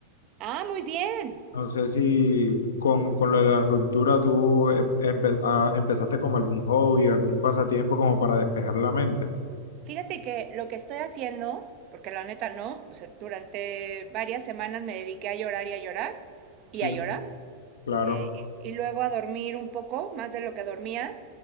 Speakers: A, on the right; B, on the left.
A: Ah, muy bien.
B: No sé si con, con lo de la ruptura tú em- empe- ah, empezaste como algún hobby, algún pasatiempo como para despejar la mente.
A: Fíjate que lo que estoy haciendo, porque la neta no, o sea, durante varias semanas me dediqué a llorar y a llorar y
B: Sí,
A: a llorar,
B: claro,
A: eh, y, y luego a dormir un poco, más de lo que dormía,